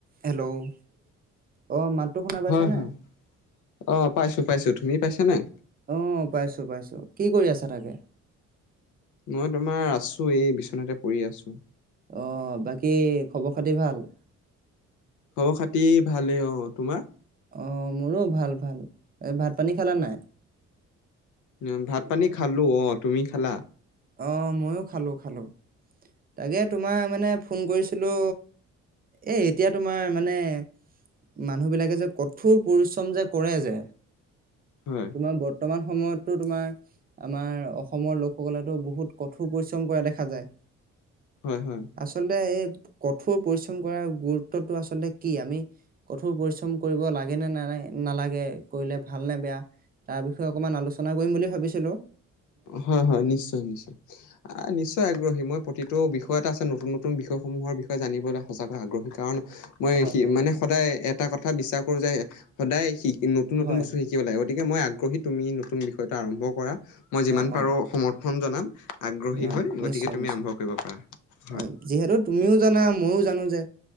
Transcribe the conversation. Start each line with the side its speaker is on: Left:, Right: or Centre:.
Right: Hello? অ' মাতটো শুনা পাইছানে?
Left: হয় হয় অ', পাইছো পাইছো। তুমি পাইছা নাই?
Right: অ', পাইছো পাইছো কি কৰি আছা তাকে?
Left: মই তোমাৰ আছো এই বিচনাতে পৰি আছো।
Right: অ', বাকী খবৰ খাতি ভাল?
Left: খবৰ খাতি ভালেই অ', তোমাৰ?
Right: অ', মোৰো ভাল ভাল, এই ভাত পানী খালা নাই?
Left: উ ভাত পানী খালো অ', তুমি খালা?
Right: অ', ময়ো খালো খালো, তাকে তোমাৰ মানে ফোন কৰিছিলো এ এতিয়া তোমাৰ মানে মানুহবিলাকে যে কঠোৰ পৰিশ্ৰম যে কৰে যে
Left: হয়
Right: তোমাক বৰ্তমান সময়তো তোমাৰ আমাৰ অসমৰ লোকসকলে টো বহুত কঠোৰ পৰিশ্ৰম কৰা দেখা যায়।
Left: হয় হয়
Right: আচলতে এই কঠোৰ পৰিশ্ৰম কৰাৰ গুৰুত্বটো আচলতে কি আমি কঠোৰ পৰিশ্ৰম কৰিব লাগে নে না নালাগে কৰিলে ভাল নে বেয়া তাৰ বিষয়ে অকমান আলোচনা কৰিম বুলি ভাবিছিলোঁ।
Left: হয় হয় নিশ্চয় নিশ্চয়। নিশ্চয় আগ্ৰহী মই প্ৰতিটো বিষয়ত আছে নতুন নতুন বিষয়সমূহৰ বিষয়ে জানিবলৈ সঁচাকৈ আগ্ৰহী কাৰণ মই
Right: হয় হয়।
Left: মানে সদায় এটা কথা বিশ্বাস কৰো যে সদায় শিক নতুন নতুন
Right: হয়
Left: বস্তু শিক কিব লাগে গতিকে মই আগ্ৰহী তুমি নতুন বিষয়টো আৰম্ভ কৰা মই যিমান
Right: অ অ
Left: পাৰো সমৰ্থন জনাম আগ্ৰহী
Right: ন
Left: হয়
Right: নিশ্চয়
Left: গতিকে তুমি
Right: নিশ্চয়
Left: আৰম্ভ কৰিব পাৰা হয়।
Right: অ যিহেতু তুমিও জানা মইও জানো যে